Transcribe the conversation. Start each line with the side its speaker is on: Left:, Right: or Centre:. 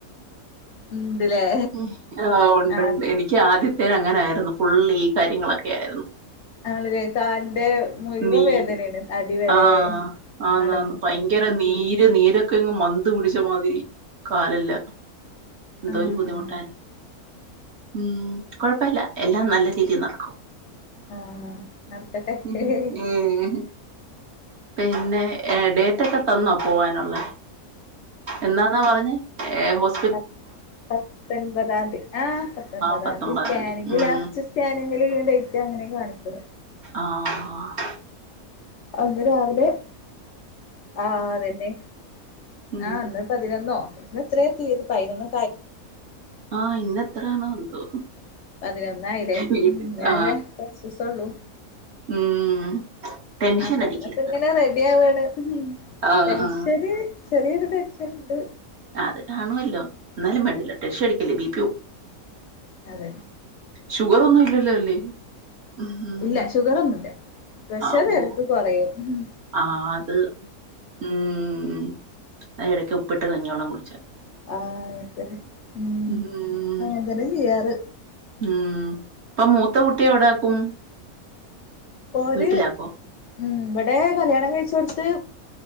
Left: ഉണ്ട്ല്ലേ
Right: ഉ ആ ഒണ്ട്ണ്ട്
Left: ആഹ്
Right: എനിക്ക് ആദ്യത്തേന അങ്ങനായിരുന്നു ഫുള്ള് ഈ കാര്യങ്ങളൊക്കെ ആരുന്നു
Left: ആണ് ഇല്ലേ കാലിന്റെ മുഴുവ
Right: നീര്
Left: വേദനയാണ് അടിവരെ
Right: ആഹ് ആന്നാന്ന്
Left: മട
Right: ഭയങ്കര നീര് നീരൊക്കെ ഇങ്ങ് മ- മന്ത്‌ പിടിച്ച മാതിരി കാലെല്ലാം എന്തോരു
Left: ആഹ്
Right: ബുദ്ധിമുട്ടായാരുന്നു ഉം കൊഴപ്പവില്ല എല്ലാം നല്ല രീതി നടക്കും
Left: ആഹ് നടക്കട്ടെ
Right: ഉം പിന്നെ എടെ മൊട്ടയൊക്കെ തന്നോ പോവാനൊള്ളെ എന്നന്നാ പറഞ്ഞെ ഏ ഹോസ്
Left: പ പത്തൊൻപതാം തീ ആ പത്തൊൻപതാം
Right: പത്തൊമ്പതാം
Left: തീ സ്കാനിങ്
Right: തീയതി ഉം
Left: ലാസ്റ്റ് സ്കാനിങ്ങിലെ ഡേയ്റ്റാ ങ്ങ <unintelligible> നെ കാണിക്കല്ല്
Right: ആഹ് ആഹ്
Left: അന്ന് രാവിലെ ആ അത് തന്നെ
Right: ഉം
Left: ആ അന്ന് പതിനൊന്നോ ന്ന് എത്ര തിയ്യതി പതിനൊ
Right: ആഹ് ഇന്നത്രനോ എന്തോ
Left: പതിനൊന്നായില്ലേ
Right: വീട്ടിൽ
Left: ഇനി ആകെ
Right: ആ
Left: കൊർച്ചീസൊള്ളു.
Right: ഉം ടെൻഷൻ
Left: അപ്പത്തിനൊക്കെ
Right: അടിക്കരുത്
Left: ഇങ്ങനെ റെഡി ആവാണ്.
Right: ആ
Left: ടെൻഷന്
Right: ആ
Left: ചെറിയൊരു ടെൻഷനുണ്ട്.
Right: അത് കാണുവല്ലോ എന്നാലും വേണ്ടില്ല ടെൻഷൻ അടിക്കില്ലേ ബെ
Left: അതെ
Right: ഷുഗർ ഒന്നും ഇല്ലല്ലോ അല്ലേ ഉം,
Left: ഇല്ല ഷുഗർ ഒന്നും ല്ല. പ്രെഷർ
Right: ആ ഓ
Left: എടക്ക് കൊറയും. ഉം
Right: ആ അത് ഉം മ് അതിന് ഇടയ്ക്ക് ഉപ്പിട്ട കഞ്ഞിവെള്ളം കുടിച്ചാതി.
Left: ആഹ് അങ്ങനെത്തന്നെ ഉം
Right: ഉം
Left: അങ്ങനെ തന്നെയ ചെയ്യാറ്
Right: ഉം ഇപ്പൊ മൂത്ത കുട്ടി എവിടാക്കും?
Left: ഓര്
Right: വീട്ടിലാകോ
Left: ഉം ഇവിടെ കല്യാണം കഴിചോട്ത്ത്